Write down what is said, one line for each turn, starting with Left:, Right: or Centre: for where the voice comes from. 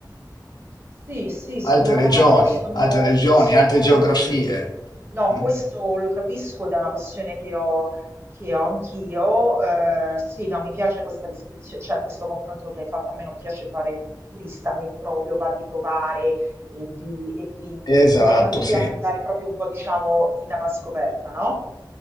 Right: Sì, sì, sono,
Left: altre regioni,
Right: no, no, no, sono
Left: altre regioni,
Right: questo,
Left: altre geografie.
Right: no,
Left: Mm?
Right: questo lo capisco ed è una passione che ho, che ho anch'io. eh, sì, no, mi piace questa descrizione, cioè questo confronto che hai fatto, a me non piace fare il turista, a me proprio va di provare e di, e di, mh,
Left: Esatto,
Right: insomma, di
Left: sì.
Right: andare proprio un po', diciamo, in avanscoperta, no?